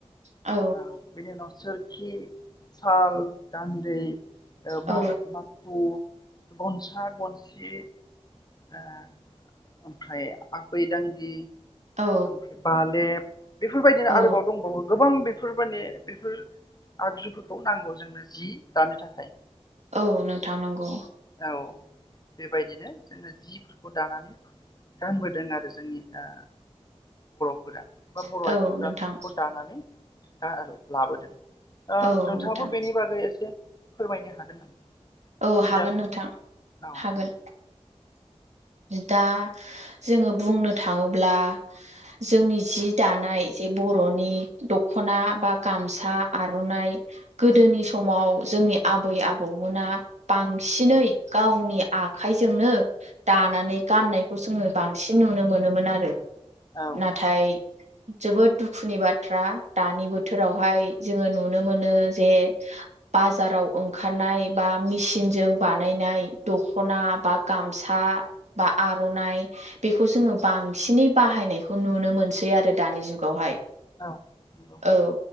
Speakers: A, on the right (about 80°); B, on the left (about 35°).
A: औ
B: ओ बिनि उनाव सो हि साल गान्दै ओ
A: औ
B: मा-माखु गनसा गनसि ओ ओमफ्राय आबै दानदि
A: औ
B: ओमफ्राय बालेब बेफोरबायदिनो
A: औ
B: आरोबाव दंबावो गोबां बे बेफोर माने बेफोर आगजुफोरखौ नांगौ जोंनो जि दानो थाखाय।
A: औ नोंथां‌ नंगौ
B: औ बेबायदिनो जोंङो जिफोरखौ दानानै गाननबोदों आरो जोंनि ओ
A: <inaudible>
B: फोरा बा बर' आइजोफोरा
A: औ नोंथां
B: बेफोरखौ दानानै ला-लाबोदों ओ
A: औ
B: नोंथांङाबो
A: नोंथां
B: बेनि बागै एसे फोरमायनो हागोन नामा?
A: औ
B: जि
A: हागोन
B: दानायनि
A: नोंथां
B: बागै औ
A: हागोन दा जोंंङो बुंनो थांङोब्ला जोंनि जि दानाय जे बर'नि दख'ना बा गामसा आर'नाइ गोदोनि समाव जोंनि आबै आबौमोना बांसिनै
B: औ
A: गावनि आखाइजोंनो दानानै गाननायखौ जोंङो बांसिन नुनो मोनोमोन आरो।
B: औ
A: नाथाय जोबोद दुखुनि बाथ्रा दानि बोथोरावहाय जोंङो नुनो मोनो जे बाजाराव ओंखारनाय बा मिसिनजों बानायनाय दख'ना बा गामसा बा आर'नाइ बेखौ जोंङो बांसिनै बाहायनायखौ नुनो मोनसै आरो दानि जुगावहाय
B: औ नंगौ
A: औ